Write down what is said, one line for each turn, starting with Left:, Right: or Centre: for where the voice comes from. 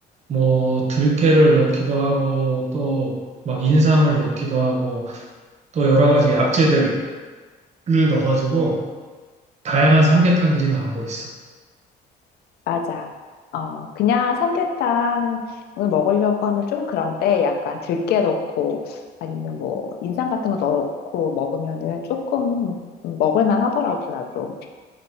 Right: 뭐 들깨를 넣기도 하고 또 막 인삼을 넣기도 하고 또 여러 가지 약재들을 넣어가지고 다양한 삼계탕들이 나오고 있어.
Left: 맞아. 어, 그냥 삼계탕을 먹으려고 하면 좀 그런데 약간 들깨 넣고 아니면 뭐 인삼 같은 거 넣고 먹으면은 조금 먹을만 하더라고, 나도.